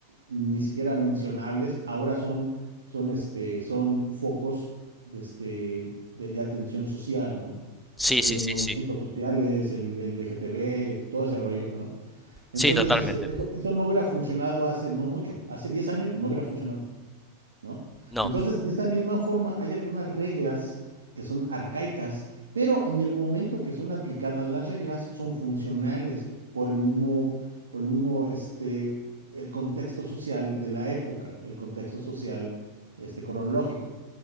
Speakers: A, on the right; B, in the centre.
A: ni siquiera mencionables, ahora son, son, este, son focos de, este, de, de atención social, ¿no?
B: Sí,
A: Los,
B: sí,
A: los
B: sí,
A: movimientos
B: sí.
A: sociales, el, el LGTB, todo ese rollo, ¿no? Entonces,
B: Sí, totalmente.
A: este, eso, eso no hubiera funcionado hace no mucho, hace 10 años no hubiera funcionado. ¿no?
B: No.
A: Entonces, de esa misma forma, hay algunas reglas que son arcaicas, pero en el momento que son aplicadas las reglas son funcionales por el mismo, por el mismo, este, el contexto social de la época, el contexto social, este, cronológico.